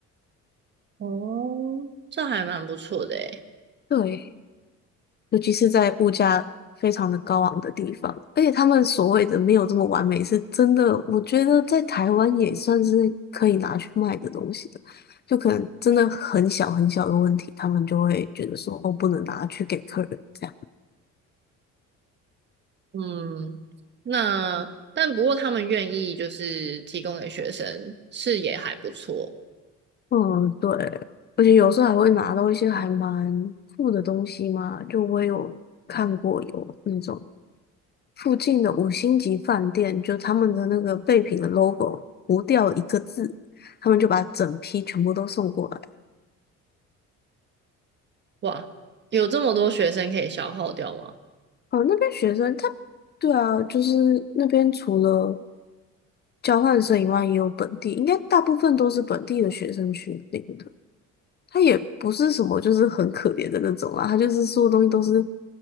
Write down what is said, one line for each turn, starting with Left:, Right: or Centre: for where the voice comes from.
Right: 哦，这还蛮不错的诶。
Left: 对，尤其是在物价非常的高昂的地方，而且他们所谓的没有这么完美，是真的，我觉得在台湾也算是可以拿去卖的东西了。就可能真的很小很小的问题，他们就会觉得说，哦，不能拿去给客人这样。
Right: 嗯，那但不过他们愿意就是提供给学生，是也还不错。
Left: 嗯，对，而且有时候还会拿到一些还蛮酷的东西嘛，就我有看过有那种。附近的五星级饭店，就他们的那个备品的 logo 糊掉一个字，他们就把整批全部都送过来。
Right: 哇，有这么多学生可以消耗掉吗？
Left: 哦，那边学生他，对啊，就是那边除了交换生以外，也有本地，应该大部分都是本地的学生去领的。他也不是什么就是很可怜的那种啦，他就是所有东西都是